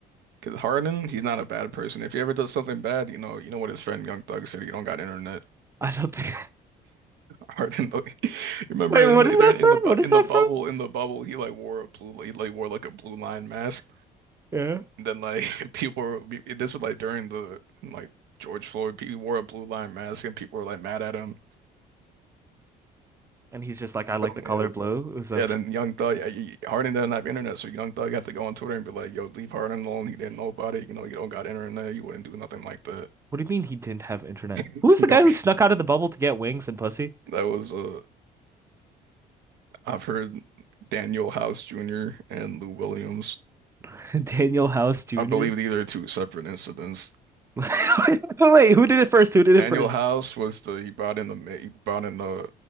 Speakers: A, on the right; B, on the right.
A: Because Harden, he's not a bad person. If he ever does something bad, you know, you know what his friend Young Thug said. You don't got internet.
B: I don't think. <laughs>
A: Harden, like, <laughs> you remember
B: Wait,
A: in
B: what
A: the,
B: is that
A: they're in
B: from?
A: the bu-
B: What is
A: in
B: that
A: the bubble
B: from?
A: in the bubble. He like wore a blue, he like wore like a blue line mask.
B: Yeah.
A: And then like <laughs> people, were, be- this was like during the like George Floyd. He wore a blue line mask, and people were like mad at him.
B: And he's just like, I like the color
A: Yeah,
B: blue. It was a.
A: Yeah, then Young Thug, yeah, he, Harden doesn't have internet, so Young Thug had to go on Twitter and be like, "Yo, leave Harden alone. He didn't know about it. You know, you don't got internet. You wouldn't do nothing like that.
B: What do you mean he didn't have internet?
A: <laughs>
B: Who was
A: You
B: the
A: don't."
B: guy who snuck out of the bubble to get wings and pussy?
A: That was uh, I've heard Daniel House Jr. and Lou Williams.
B: <laughs> Daniel House Jr.
A: I believe these are two separate incidents.
B: <laughs> Wait, who did it first? Who did
A: Daniel
B: it first?
A: House was the he brought in the maid, he brought in a,